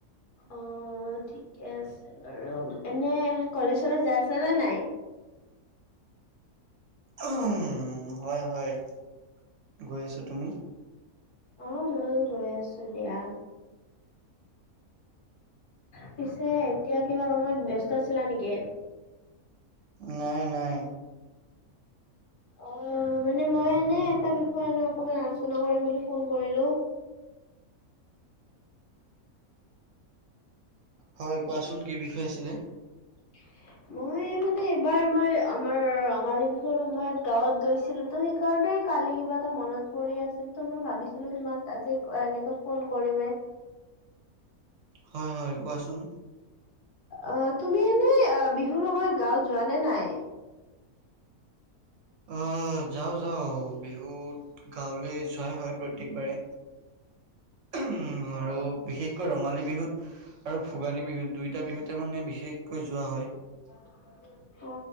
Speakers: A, on the left; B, on the right.
A: অঁ' ঠিকে আছে বাৰু, এনেই কলেজ চলেজ যায় আছা নে নাই।
B: উম' হয় হয়' গৈ আছো, তুমি?
A: অঁ' মই গৈ আছো দিয়া। পিছে এতিয়া কিবা কামত ব্যস্ত আছিলা নেকি?
B: নাই নাই।
A: অঁ' মানে মই এনেই এটা বিষয়লৈ অকমান আলোচনা কৰিম বুলি ফোন কৰিলো।
B: হয় কোৱাচোন কি বিষয় আছিলে?
A: <unintelligible> মই মানে এইবাৰ মই আমাৰ ৰঙালী বিহুৰ সময়ত গাঁৱত গৈছিলো। তাতে সেইকাৰণে কালি কিবা এটা মনত পৰি আছিল। ত মই ভাবিছিলো তুমাক আজি এনেকৈ ফোন কৰিম।
B: হয় হয়। কোৱাচোন
A: অ তুমি এনে অ বিহুৰ সময়ত গাঁৱত যোৱা নে নাই?
B: আহ যাও যাওঁ বিহুত গাঁৱলৈ যোৱাই হয় প্ৰত্যেকবাৰে। উম আৰু
A: অ',
B: বিশেষকৈ ৰঙালী বিহুত আৰু ভোগালী বিহুত দুই টা বিহুতে মানে বিশেষকৈ যোৱা হয়।
A: <unintelligible> অ